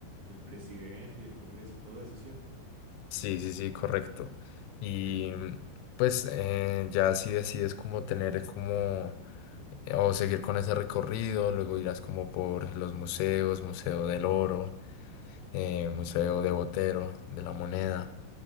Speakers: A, on the right (about 60°); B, on the left (about 85°).
A: del presidente y del Congreso, todo eso, ¿cierto?
B: Sí, sí, sí, correcto. Y mm, pues eh, ya si decides como tener como eh, o seguir con ese recorrido, luego irás como por los museos, Museo del Oro, eh, Museo de Botero, de la Moneda.